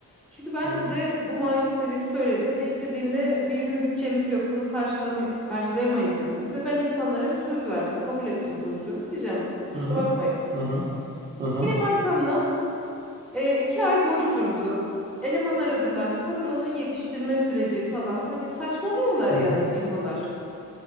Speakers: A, in the centre; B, on the right.
A: Çünkü ben
B: hı
A: size
B: hı,
A: bu maaşı istediğimi söyledim ve istediğimde bizim bütçemiz yok bunu karşılama- karşılayamayız dediniz. Ve ben insanlara bir söz verdim kabul ettim pozisyonu gideceğim. Kusura
B: hı hı,
A: bakmayın.
B: hı hı, hı hı,
A: Benim arkamdan e, iki ay boş durdu. Eleman aradılar sonra onun yetiştirme süreci falan hani saçmalıyorlar
B: hı
A: yani
B: hı.
A: firmalar.